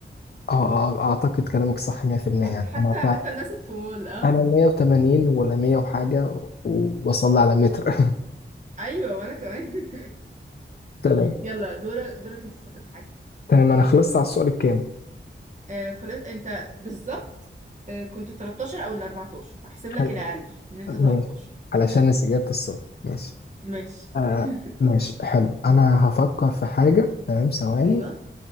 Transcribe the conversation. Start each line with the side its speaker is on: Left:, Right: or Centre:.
Left: اه آه، اعتقد كلامك صح 100%
Right: صح
Left: يعني
Right: حتى
Left: انا
Right: حتى الناس الطوال اه
Left: انا 180 ولا 100 وحاجه وبصلي على متر <laughs>
Right: ايوه وانا كمان <laughs>
Left: تمام
Right: يلا دورك دورك انت تفكر في حاجه
Left: تمام انا خلصت على السؤال الكام
Right: آه خلاص انت بالظبط آه كنت 13 او ال 14 احسب لك
Left: حلو
Right: الاقل ان انت
Left: ماشي
Right: 13
Left: علشان استجابه الصلاه ماشي
Right: ماشي
Left: آه
Right: <laughs>
Left: ماشي حلو انا هفكر في حاجه تمام ثواني
Right: ايوه